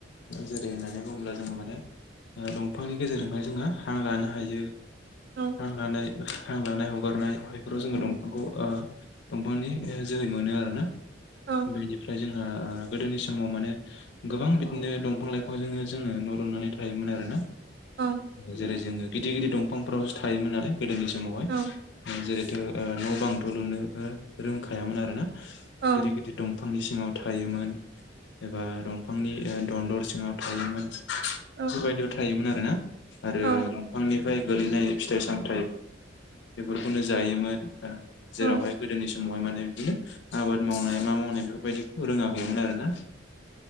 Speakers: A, on the left; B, on the right.
A: जेरै होननानै बुङोब्ला जोङो माने ओ दंफांनि गेजेरजोंहाय जोङो हां लानो हायो।
B: औ
A: हां लानाय हां लानाय हगारनाय बेफोराव जोङो दंफांखौ ओ दंफांनि जोहै मोनो आरोना।
B: औ
A: बेनिफ्राय जोंहा गोदोनि समाव माने गोबां बिदिनो दंफां लाइफांजोंनो जोङो न' लुनानै थायोमोन आरो ना
B: औ
A: जेरै जोङो गिदिर गिदिर दंफांफोरावसो थायोमोन नालाय गोदोनि समावहाय
B: औ
A: जेरै ओ न' बांथ' लुनो रोंखायामोन आरोना,
B: औ
A: गिदिर गिदिर दं फांनि सिङाव थायोमोन एबा दंफांनि ओ दन्दर सिङाव थायोमोन। बेफोरबायदियाव
B: औ
A: थायोमोन आरोना आरो
B: औ
A: दंफांनिफ्राय गोलैनाय फिथाइ सामथाइ बेफोरखौनो जायोमोन जेरावहाय
B: औ
A: गोदोनि समावहाय माने बिदिनो आबाद मावनाय मा मावनाय बेफोरबायदिखौ रोङाखैमोन आरो ना।